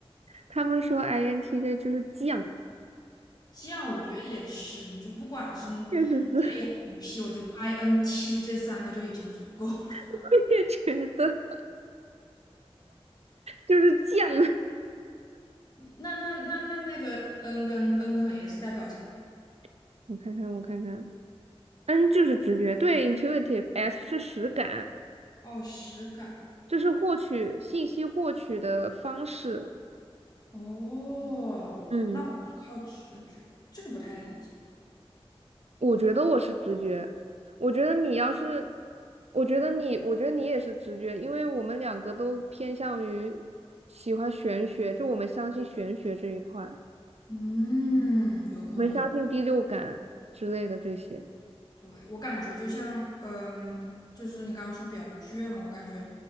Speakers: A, on the right; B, on the left.
A: 他们说 INTJ 就是犟，
B: 这样我觉得也是，你就不管是
A: 确实是，
B: EP，我就 INT 这三个就已经足够了。
A: <laughs> 我也觉得就是犟。
B: <laughs> 那那那那那个 N 跟 N 跟 S 代表啥呀？
A: <laughs> 我看看，我看看，N 就是直觉，对，intuitive，S 是实感。
B: 哦，实感。
A: 就是获取信息获取的方式，
B: 哦，
A: 嗯
B: 那我们靠直觉，这个不太理解。
A: 我觉得我是直觉，我觉得你要是，我觉得你，我觉得你也是直觉，因为我们两个都偏向于喜欢玄学，就我们相信玄学这一块，
B: 嗯，有可能。
A: 我们相信第六感之类的这些。
B: 对，我感觉就像，嗯，就是你刚刚说比较倔嘛，我感觉